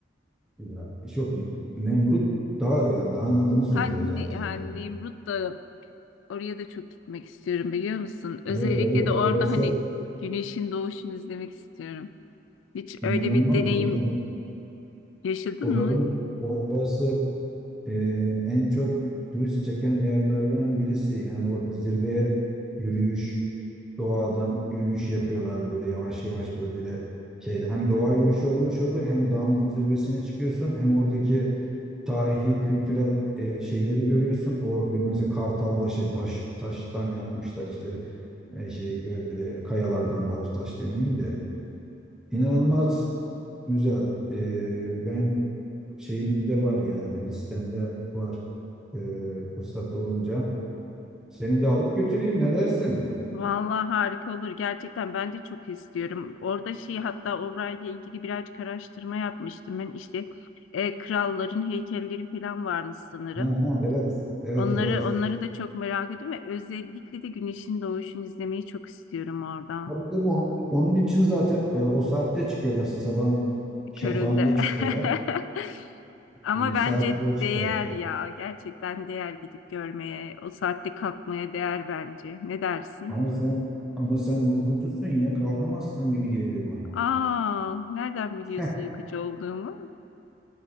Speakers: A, in the centre; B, on the left.
A: ya, çok Nemrut dağ yani dağın adını soruyor
B: Hani,
A: zaten.
B: hani Nemrut da oraya da çok gitmek istiyorum biliyor musun? Özellikle
A: Evet evet
B: de orada
A: orası
B: hani güneşin doğuşunu izlemek istiyorum. Hiç
A: inanılmaz
B: öyle bir deneyim
A: zaten
B: yaşadın
A: oraların
B: mı?
A: orası e, en çok turist çeken yerlerden birisi yani o zirveye yürüyüş doğadan yürüyüş yapıyorlar böyle yavaş yavaş böyle şey hem doğa yürüyüşü olmuş oluyor hem dağın zirvesine çıkıyorsun hem oradaki tarihi kültürel e, şeyleri görüyorsun. O bir mesela Kartalbaşı taş taştan yapmışlar işte e, şey böyle kayalardan daha doğrusu, taş demeyeyim de inanılmaz güzel. E, ben şeyimde var yani listemde var e, fırsat olunca. Seni de alıp götüreyim ne dersin?
B: Vallahi harika olur. Gerçekten ben de çok istiyorum. Orada şey hatta orayla ilgili birazcık araştırma yapmıştım. Ben işte e, kralların heykelleri falan varmış sanırım.
A: Ha, ha, evet. Evet
B: Onları
A: evet.
B: onları da çok merak ediyorum ve özellikle de güneşin doğuşunu izlemeyi çok istiyorum orada.
A: Tabii değil mi? Onun, onun için zaten e, o saatte çıkıyorlar. Sabahın şafağında
B: Köründe.
A: çıkıyorlar.
B: <laughs> Ama
A: E,
B: bence
A: saat beşte.
B: değer ya. Gerçekten değer gidip görmeye. O saatte kalkmaya değer bence. Ne dersin?
A: Ama sen ama sen uykucusun ya kalkamazsın gibi geliyor bana.
B: Aa, nereden biliyorsun
A: <laughs>
B: uykucu olduğumu?